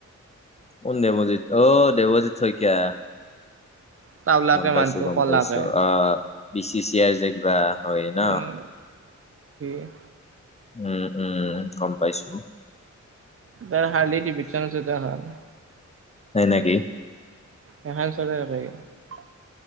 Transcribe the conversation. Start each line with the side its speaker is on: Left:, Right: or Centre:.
Left: কোন দেৱজিৎ অ, দেৱজিৎ শইকীয়া।
Right: টাওলাকে
Left: গম পাইছো,
Right: মানুহটো
Left: গম
Right: কলাকে
Left: পাইছো অ, বি চি চি আই যে কিবা? হয় ন
Right: উম <unintelligible>
Left: উম, উম গম পাইছো।
Right: তাৰ হাৰ্লি টিভিত চন হৈছে তাৰ ভাগৰ
Left: হ'য় নেকি?
Right: সেইকাৰণে চাব লাগে এইবোৰ।